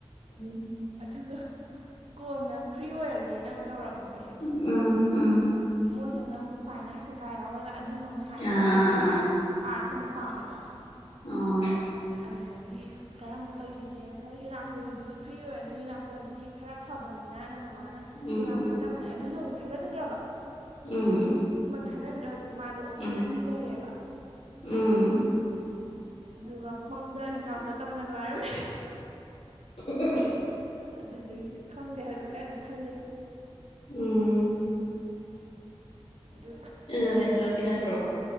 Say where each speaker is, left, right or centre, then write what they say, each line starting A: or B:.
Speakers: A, on the left (about 75°); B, on the right (about 80°).
A: ꯎꯝ
B: ꯑꯗꯨꯒ ꯀꯣꯟꯅ ꯐ꯭ꯔꯤ ꯑꯣꯏꯔꯒꯦꯅ ꯑꯃꯨꯛ ꯇꯧꯔꯕ ꯃꯣꯏꯁꯦ
A: ꯎꯝ ꯎꯝ
B: ꯃꯣꯏꯗꯅ ꯑꯃꯨꯛ ꯐꯥꯏꯟ ꯑꯥꯔꯠꯁ ꯀꯩꯀꯥ ꯌꯥꯎꯔꯒ ꯑꯗꯨꯅ ꯑꯃꯨꯛ ꯁꯥꯏꯟꯁ
A: ꯑꯥ
B: ꯑꯣꯏꯕ ꯃꯥꯅ
A: ꯑꯥ
B: ꯑꯥꯔꯠꯁ ꯑꯥꯔꯠꯁꯦ ꯑꯃꯨꯛ ꯄꯥꯝꯃꯦꯕ
A: ꯑꯣ
B: ꯑꯗꯨꯗꯒꯤ ꯀꯔꯝꯕ ꯇꯧꯁꯤꯒꯦꯅ ꯈꯜꯜꯂꯤ ꯌꯨꯅꯥꯀꯣꯒꯤꯗꯨꯁꯨ ꯐ꯭ꯔꯤ ꯑꯣꯏꯔꯅꯤ ꯌꯨꯅꯥꯀꯣꯅꯗꯤ ꯈꯔ ꯐꯕꯅꯤ ꯅꯥꯅ ꯃꯃꯥꯅ
A: ꯎꯝ
B: ꯌ ꯉꯥꯛꯄꯣ ꯇꯝꯕꯅꯤ ꯑꯗꯨꯁꯨ ꯑꯃꯨꯛ ꯊꯥꯖꯤꯟꯈ꯭ꯔꯕ
A: ꯎꯝ
B: ꯊꯥꯖꯟꯗ꯭ꯔ ꯍꯧꯖꯤꯛ ꯃꯥꯁꯦ ꯑꯣꯞꯁꯟ
A: ꯎꯝ
B: ꯑꯅꯤ ꯂꯩꯔꯦꯕ
A: ꯎꯝ
B: ꯑꯗꯨꯒ ꯃꯪꯗ ꯌꯨꯅꯥꯀꯣ ꯇꯝꯒꯅꯨ ꯍꯥꯏꯔꯝ
A: <inaudible>
B: ꯑꯗꯨꯒꯤꯗꯤ ꯈꯪꯗꯦ ꯍꯧꯖꯤꯛ ꯀꯥꯏꯅ ꯈꯜꯂꯤ
A: ꯎꯝ
B: ꯑꯗꯨ
A: ꯑꯗꯨꯗꯣꯕꯦꯟꯇꯣ ꯀꯅꯠꯇ꯭ꯔꯣ